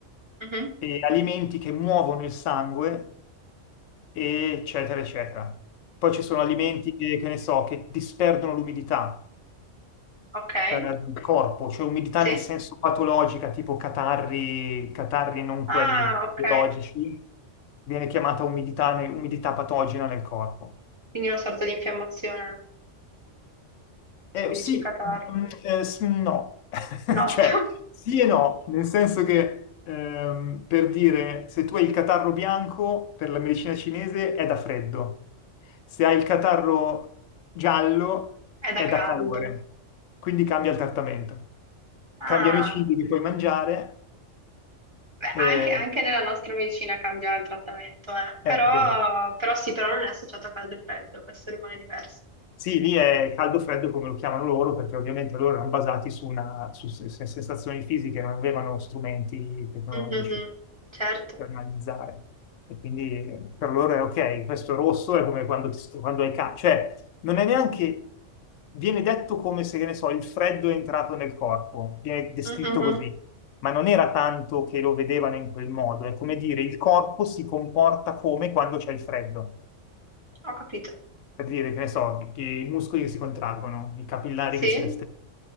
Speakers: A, on the right; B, on the left.
A: mhm.
B: e alimenti che muovono il sangue, eccetera, eccetera. Poi ci sono alimenti che, che ne so, che disperdono l'umidità
A: Ok, ok,
B: eh, del corpo, cioè umidità
A: sì.
B: nel senso patologica, tipo catarri, catarri non
A: Ah,
B: quelli
A: ok.
B: biologici, viene chiamata umidità, ne- umidità patogena nel corpo.
A: Quindi una sorta di infiammazione,
B: Eh,
A: se mi
B: sì,
A: dici catarro.
B: mm, eh, s- no, <laughs>
A: No,
B: cioè
A: <laughs>
B: sì e no, nel senso che ehm, per dire se tu hai il catarro bianco per la medicina cinese è da freddo, se hai il catarro giallo
A: è da
B: è
A: caldo.
B: da calore, quindi cambia il trattamento,
A: Ah,
B: cambiano i cibi che puoi mangiare,
A: beh,
B: eh,
A: anche, anche nella nostra medicina cambia il trattamento, eh. Però,
B: eh, vedi.
A: però sì, però non è associato a caldo e freddo, questo rimane diverso.
B: Sì, lì è caldo freddo come lo chiamano loro, perché ovviamente loro erano basati su, una, su se- se- sensazioni fisiche, non avevano strumenti tecnologici
A: Mhm, Certo.
B: per analizzare. E quindi eh, per loro è ok, questo rosso è come quando, ti, sto- quando hai caldo, cioè non è neanche, viene detto come se, che ne so, il freddo è entrato nel corpo, viene descritto
A: Mhm,
B: così, ma non era tanto che lo vedevano in quel modo, è come dire il corpo si comporta come quando c'è il freddo
A: Ho capito.
B: per dire, che ne so, che i muscoli che si contraggono, i capillari
A: Sì,
B: che si restringono.